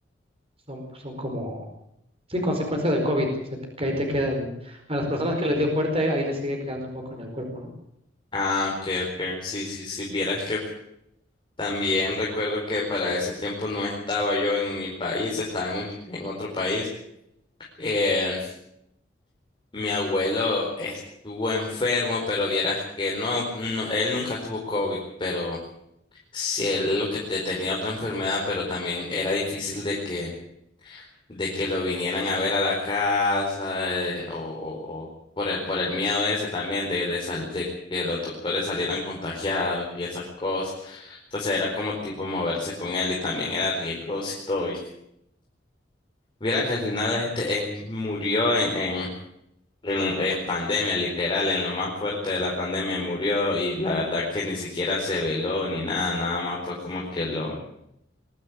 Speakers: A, on the right (about 35°); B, on the left (about 25°).
A: son, son como, sí, consecuencia del COVID. O sea, que, que ahí te queda, el- a las personas que les dio fuerte, ahí les sigue quedando un poco en el cuerpo,
B: Ah, ok, ok. Sí, sí, sí, vieras que también recuerdo que para ese tiempo no estaba yo en mi país, estaba en, un- en otro país. Eh, mi abuelo estuvo enfermo, pero vieras que no, no, él nunca tuvo COVID, pero sí, él lo que te- tenía otra enfermedad, pero también era difícil de que de que lo vinieran a ver a la casa eh, o, o- o por el, por el miedo ese también de, de, sal- de que los doctores salieran contagiados y esas cosas. Entonces era como tipo moverse con él y también era riesgoso y todo. Y mira que al final este en- murió en, en, en, en pandemia, literal, en lo más fuerte de la pandemia murió y la verdad que ni siquiera se veló ni nada, nada más fue como que lo...